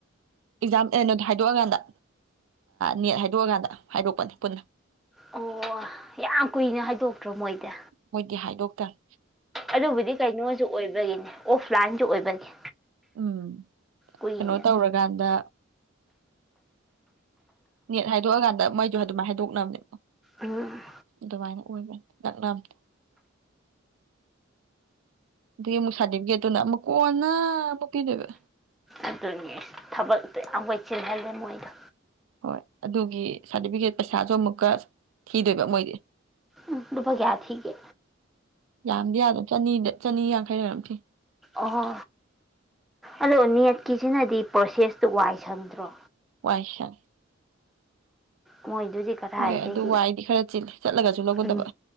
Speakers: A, on the right (about 80°); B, in the centre.
A: ꯑꯦꯛꯖꯥꯝ ꯀꯩꯅꯣꯗꯣ ꯍꯥꯏꯗꯣꯛꯑꯀꯥꯟꯗ ꯅꯦꯠ ꯍꯥꯏꯗꯣꯛꯑꯀꯥꯟꯗ ꯍꯥꯏꯗꯣꯛꯄꯅꯤ ꯄꯨꯟꯅ꯫
B: ꯑꯣ ꯌꯥꯝ ꯀꯨꯏꯅ ꯍꯥꯏꯗꯣꯛꯇ꯭ꯔꯣ ꯃꯣꯏꯗꯤ?
A: ꯃꯣꯏꯗꯤ ꯍꯥꯏꯗꯣꯛꯇꯅ
B: ꯑꯗꯨꯕꯨꯗꯤ ꯀꯩꯅꯣꯁꯨ ꯑꯣꯏꯕꯒꯤꯅꯦ ꯑꯣꯐꯂꯥꯏꯟꯁꯨ ꯑꯣꯏꯕꯒꯤ
A: ꯎꯝ
B: ꯀꯨꯏꯅꯦ
A: ꯀꯩꯅꯣ ꯇꯧꯔꯀꯥꯟꯗ ꯅꯦꯠ ꯍꯥꯏꯗꯣꯛꯑꯀꯥꯟꯗ ꯃꯣꯏꯁꯨꯣ ꯑꯗꯨꯝ ꯍꯥꯏꯗꯣꯛꯅꯕꯅꯦ꯫
B: ꯎꯝ
A: ꯑꯗꯨꯃꯥꯏꯅ ꯑꯣꯏꯕꯅꯤ ꯅꯛꯇ ꯑꯗꯨꯗꯒꯤ ꯑꯃꯨꯛ ꯁꯥꯔꯇꯤꯐꯤꯀꯦꯠꯇꯨꯅ ꯑꯃꯨꯛ ꯀꯣꯟꯅ ꯑꯃꯨꯛ ꯄꯤꯗꯣꯏꯕ꯫
B: ꯑꯗꯨꯅꯤ ꯊꯕꯛꯇ ꯌꯥꯝ ꯋꯥꯏ ꯆꯤꯜꯍꯜꯂꯦ ꯃꯣꯏꯗ꯫
A: ꯍꯣꯏ ꯑꯗꯨꯒꯤ ꯁꯥꯔꯇꯤꯐꯤꯀꯦꯠ ꯄꯩꯁꯥꯁꯨ ꯑꯃꯨꯛꯀ ꯊꯤꯗꯣꯏꯕ ꯃꯣꯏꯗꯤ꯫
B: ꯎꯝ ꯂꯨꯄꯥ ꯀꯌꯥ ꯊꯤꯒꯦ?
A: ꯌꯥꯝꯗꯤ ꯌꯥꯝꯗꯕ ꯆꯅꯤꯗ ꯆꯅꯤ ꯌꯥꯡꯈꯩ ꯔꯥ ꯀꯩꯅꯣꯝ ꯊꯤ꯫
B: ꯑꯣ ꯑꯗꯣ ꯅꯦꯠꯀꯤꯁꯤꯅꯗꯤ ꯄ꯭ꯔꯣꯁꯦꯁꯇꯨ ꯋꯥꯏ ꯁꯪꯗ꯭ꯔꯣ?
A: <unintelligible>
B: ꯃꯣꯏꯗꯨꯗꯤ ꯀꯗꯥꯏꯗꯒꯤ
A: ꯃꯣꯏ ꯑꯗꯨ ꯋꯥꯏꯗꯤ ꯈꯔ ꯆꯤꯂꯦ꯫ ꯆꯠꯂꯒꯁꯨ ꯂꯧꯒꯗꯕ꯫
B: ꯎꯝ